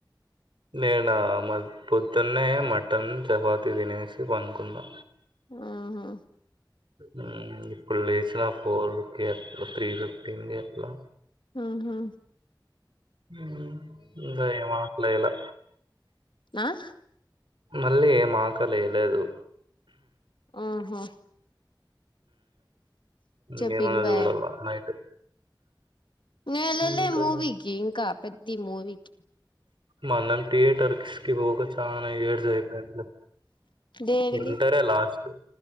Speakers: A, on the right (about 80°); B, on the left (about 75°).
A: నేనా మ పొద్దున్నే మటన్ చపాతి తినేసి పనుకున్నా
B: ఉహూ
A: ఉమ్ ఇప్పుడు లేచినా ఫోర్ కి అట్ల త్రీ ఫిఫ్టీ కి అట్లా
B: ఉహూ
A: హ్మ్మ్ ఇంగా ఏం ఆకలి ఎయ్యలా
B: ఆహ్
A: మళ్ళీ ఏం ఆకలలెయ్య లేదు
B: ఓహో
A: ఇంగేమన్న
B: చెప్పు ఇంకా
A: చూడాల నైట్
B: నే ఎల్లలే
A: ఇంకా
B: మూవీకి ఇంకా పెద్ది మూవీకి
A: మనం థియేటర్కి కి పోవుడు చాలా ఇయర్స్ అయితంది లే
B: దేనికి
A: ఇంటరే లాస్ట్